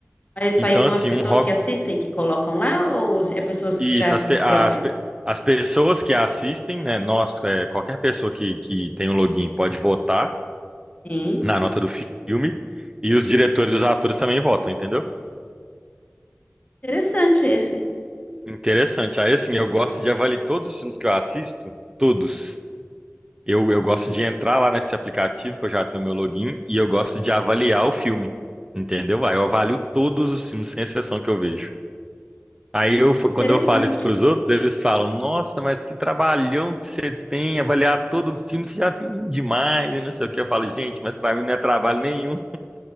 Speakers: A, on the left; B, on the right.
A: Mas isso
B: Então,
A: aí são
B: assim,
A: as pessoas
B: um hobby.
A: que assistem que colocam lá ou é pessoas
B: Isso,
A: já
B: as, pe- as,
A: próprias?
B: pe- as pessoas que assistem, né? Nós, é, qualquer pessoa que, que tem um login pode votar
A: Sim.
B: na nota do filme. E os diretores e os atores também votam, entendeu?
A: Interessante esse.
B: Interessante. Aí, assim, eu gosto de avaliar todos os filmes que eu assisto, todos. Eu, eu gosto de entrar lá nesse aplicativo, que eu já tenho meu login, e eu gosto de avaliar o filme, entendeu? Aí eu avalio todos os filmes, sem exceção que eu vejo. Aí eu, fa- quando
A: Interessante.
B: eu falo isso para os outros, eles falam: Nossa, mas que trabalhão que você tem, avaliar todo o filme, você já viu um demais, e não sei o que. Eu falo: Gente, mas para mim não é trabalho nenhum.